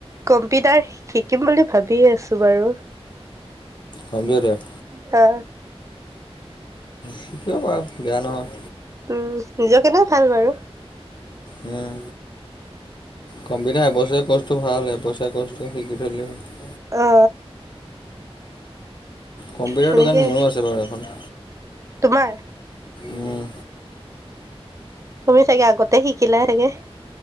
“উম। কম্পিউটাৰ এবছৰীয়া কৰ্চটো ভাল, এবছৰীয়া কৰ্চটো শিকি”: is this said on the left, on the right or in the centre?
Left